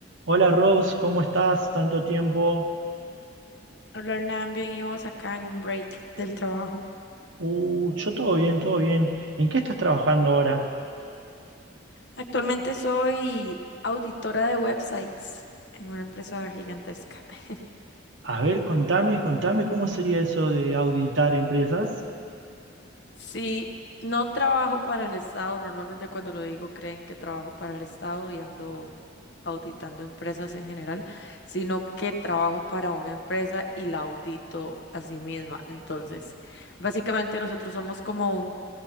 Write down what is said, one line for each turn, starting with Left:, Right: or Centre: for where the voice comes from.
Right: Hola Rose, ¿cómo estás? Tanto tiempo.
Left: Hola Hernán, bien y vos acá en un break del trabajo.
Right: Uh, yo todo bien, todo bien. ¿En qué estás trabajando ahora?
Left: Actualmente soy auditora de websites en una empresa gigantesca. <laughs>
Right: A ver, contame, contame cómo sería eso de auditar empresas,
Left: Sí, no trabajo para el Estado. Normalmente cuando lo digo creen que trabajo para el Estado y ando auditando empresas en general, sino que trabajo para una empresa y la audito a sí misma. Entonces, básicamente nosotros somos como un